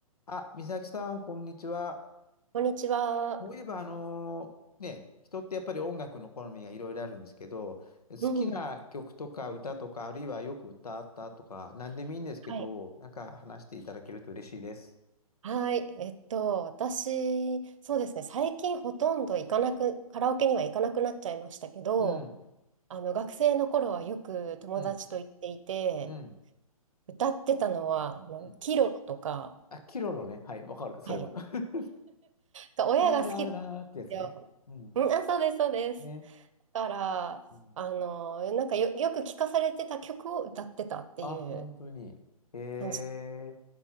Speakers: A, on the left; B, on the right.
A: あ、美咲さん、こんにちは。
B: こんにちは。
A: そういえば、あのーね、人ってやっぱり音楽の好みがいろいろあるんですけど、好きな曲とか歌とか、
B: うん。
A: あるいはよく歌ったとか、何でもいいんですけど、
B: はい。
A: なんか話していただけると嬉しいです。
B: はい。えっと、私、そうですね、最近ほとんど行かなく、カラオケには行かなくなっちゃいましたけど、
A: うん、
B: あの、学生の頃はよく友達と行っていて、
A: うん、うん、
B: 歌ってたのは、あの、
A: うん。
B: キロロとか、
A: あ、キロロね。はい、わかる、それは。
B: はい。
A: <laughs>
B: が親が好きなんで
A: ラララーってやつね。
B: すよ。
A: うん。
B: うん、あ、そうです、そうです。
A: ね。
B: だから、
A: うん、
B: あの、なんかよ、よく聞かされてた曲を歌ってたっていう
A: あ、本当に。へえ。
B: 感じで、